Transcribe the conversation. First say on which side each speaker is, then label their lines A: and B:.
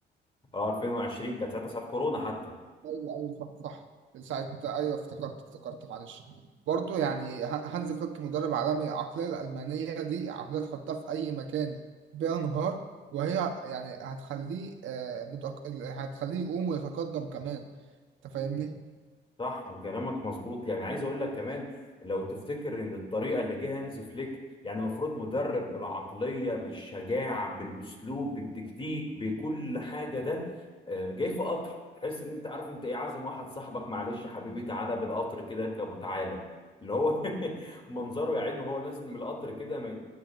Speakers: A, on the left (about 25°); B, on the right (about 75°).
A: اه 2020 كانت ساعتها ساعة كورونا حتى
B: ايوه ايوه صح صح ساعة ايوه افتكرت افتكرت معلش برضو يعني ه- هانز فليك مدرب عالمي العقلية الألمانية دي عقلية تحطها في أي مكان بينهار وهي يعني هتخليه آه، متق... هتخليه يقوم ويتقدم كمان أنت فاهمني؟
A: صح وكلامك مظبوط يعني عايز اقول لك كمان لو تفتكر ان الطريقه اللي جه هانز فليك يعني المفروض مدرب بالعقليه بالشجاعه بالاسلوب بالتكتيك بكل حاجه ده آه، جاي في قطر تحس ان انت عارف انت ايه عازم واحد صاحبك معلش حبيبي تعالى بالقطر كده اركب وتعالى اللي هو <laughs> منظره يا عيني وهو نازل من القطر كده ما ي-